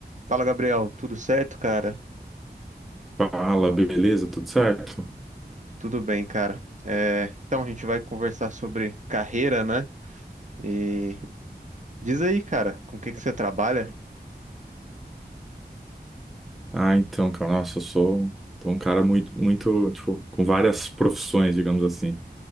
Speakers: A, on the right; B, in the centre.
A: Fala, Gabriel. Tudo certo, cara?
B: Fala, beleza? Tudo certo?
A: Tudo bem, cara. É, então, a gente vai conversar sobre carreira, né? E diz aí, cara, com o que que você trabalha?
B: Ah, então, cara, nossa, eu sou um cara muito, muito, tipo, com várias profissões, digamos assim.